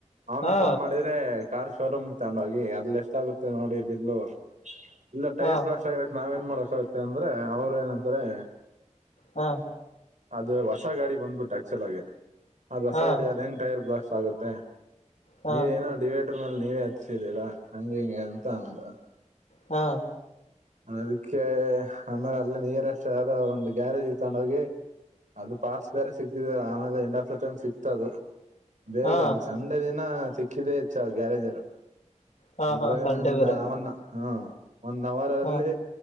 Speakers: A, on the right; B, on the left.
A: ಅವನು
B: ಹಾ
A: ಫೋನ್ ಮಾಡಿದ್ರೆ ಕಾರ್ ಶೋರೂಮ್ ತಗೊಂಡ್ ಹೋಗಿ ಅಲ್ಲಿ ಎಷ್ಟ ಆಗುತ್ತೆ ನೋಡಿ ಬಿಲ್ಲು. ಇಲ್ಲ
B: ಹಾ
A: ೈರ್ ಬ್ಲಾಸ್ಟ್ ಆಗಿರಡ್ಕ್ ನಾವೇ. ಏನ್ ಮಾಡಕಾಗತ್ತೆ ಅಂದ್ರೆ ಅವರು ಏನಂತಾರೆ.
B: ಹಾ
A: ಅದು ಹೊಸ ಗಾಡಿ ಬಂದ್ಬಿಟ್ಟು ಆಕ್ಚುಲ್ ಆಗೆ. ಅದು ಹೊಸ
B: ಹಾ
A: ಗಡಿ ಅದ ಹೆಂಗ ಟೈಯರ್ ಬ್ಲಾಸ್ಟ್. ಆಗುತ್ತೆ.
B: ಹಾ
A: ನೀವೇ ಏನ ಡಿವೇ. ್ರ ಮಲ್ಲಿ ನೀವೇ ಹಚ್ಚಿದೀರಾ ಹಂಗೆ ಹಿಂಗೆ ಅಂತ ಅಂದ.
B: ಹಾ
A: ಅದಕ್ಕೆ ಆಮೇಲೆ ಅಲ್ಲೇ ನಿಯರೆಸ್ಟ್ ಆದ ಒಂದ್ ಗ್ಯಾರೇಜ್ ತಗೊಂಡು ಹೋಗಿ. ಅದು ಪಾಸ್ ಬೇರೆ ಸಿಗ್. ಆಮಾಗ ಎಂಡ್ ಆಫ್ ದಟೈಮ್ ಸಿಕ್ತ ಅದು. ಬೇಗ
B: ಹಾ
A: ಅಲ್ ಸಂಡೆ ದಿನ. ಸಿಕ್ಕಿದ್ದ ಹೆಚ್ಚ ಆ ಗ್ಯಾರೇಜರು.
B: ಹಾ
A: ಅದರಗ
B: ಹಾ ಸಂಡೆ
A: <unintelligible>
B: ಬೇರೆ
A: ಹ್ಮ ಒಂದ್ ಅವರ್ ಅಲ್ಲಿ
B: ಹಾ